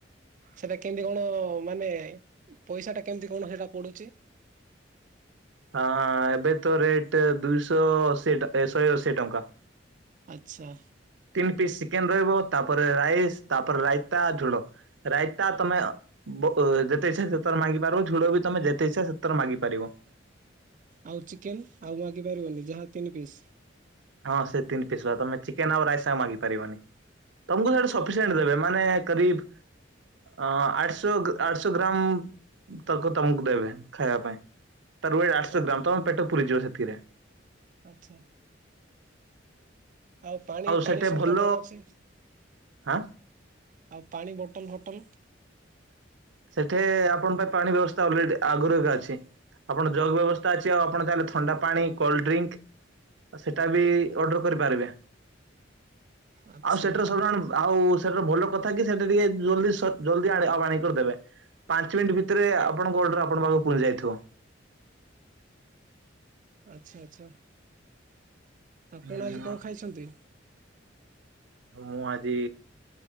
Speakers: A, on the right; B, on the right.
A: ସେଟା କେମିତି କଣ ମାନେ ପଇସା ଟା କେମିତି କଣ ହେଇଟା ପଡ଼ୁଛି
B: ହଁ ଏବେ ତ ରେଟ୍ ଦୁଇଶହ ଅଶୀ ଏ ଶହେ ଅଶୀ ଟଙ୍କା।
A: ଆଚ୍ଛା
B: ତିନି ପିସ୍ ଚିକେନ୍ ରହିବ ତାପରେ ରାଇସ୍ ତାପରେ ରାଇତା ଝୋଳ ରାଇତା ତମେ ବ ଯେତେ ଇଛା ସେତେଥର ମାଗି ପାରିବ ଝୁଳ ବି ତମେ ଯେତେ ଇ୍ଛାଇଚ୍ଛା ସେତର ମାଗି ପାରିବ।
A: ଆଉ ଚିକେନ୍ ଆଉ ମାଗି ପାରିବନି ଯାହା ତିନି ପିସ୍
B: ହଁ ସେ ତିନି ପିସ୍ ବା ତମେ ଚିକେନ୍ ଆଉ ରାଇସ୍ ଆ ମାଗିପାରିବନି, ତମକୁ ସେଠି ସଫିସିଣ୍ଟ ଦେବେ ମାନେ କ୍ରିବ୍ ଅ ଆଠଶ ଆଠଶହ ଗ୍ରାମ୍ ତକ ତମକୁ ଦେବେ ଖାଇବା ପାଇଁ, ତାର ୱେଟ
A: ଆଚ୍ଛା
B: ଆଠଶହ ଗ୍ରାମ୍ ତମ ପେଟ ପୁରିଯିବ ସେଥିରେ
A: ଆଚ୍ଛା, ଆଉ ପାଣି ପାଣି
B: ସେଠି
A: ସୁବିଧା
B: ଭଲ
A: କଣ ଅଛି,
B: ହାଁ
A: ଆଉ ପାଣି ବଟଲ୍ ଫଟଲ୍
B: ସେଠେ ଆପଣଙ୍କ ପାଇଁ ପାଣି ବ୍ୟବସ୍ଥା ଅଲରେଡି ଆଗରୁ ଏକା ଅଛି। ଆପଣ ଯଗ୍ ବ୍ୟବସ୍ଥା ଅଛି ଆଉ ଆପଣ ଚାହିଁଲେ ଥଣ୍ଡା ପାଣି କୋଲ୍ଡିଙ୍କ୍। ସେଟା ବି ଅର୍ଡର କରିପାରିବେ
A: ଆଚ୍ଛା
B: ଆଉ ସେଟର ସବୁ ଜଣ ଆଉ। ସେଟା ଭଲ କଥା କି ସେଟା ଟିକେ ଜଲଦି ଜଲଦି ଆ ଆଣି କରିଦେବେ। ପାଞ୍ଚ ମିନିଟ୍ ଭିତରେ ଆପଣଙ୍କ ଅର୍ଡର ଆପଣ ପାଖକୁ ପୁହଞ୍ଚି ଯାଇଥିବ।
A: ଆଚ୍ଛା ଆଚ୍ଛା ଆପଣ
B: ହୁଁ
A: ଆଜି କଣ ଖାଇଛନ୍ତି?
B: ମୁଁ ଆଜି